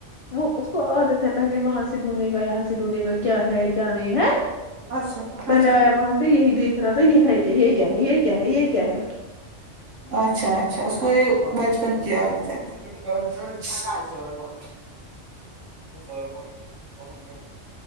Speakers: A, on the left; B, on the right.
A: وہ اس کو عادت ہے پہلے وہاں سے ڈھوننے کا یہاں سے ڈھونے گا کیا ہے کیا نہیں ہے
B: اچھا
A: پہلے
B: اچھا
A: آیا وہاں سے یہی دیکھ دیکھ رہا تھا یہ ہے کیا یہ کیا ہے یہ کیا ہے یہ کیا ہے
B: اچھا اچھا اس کو یہ بچپن کی عادت ہے <unintelligible>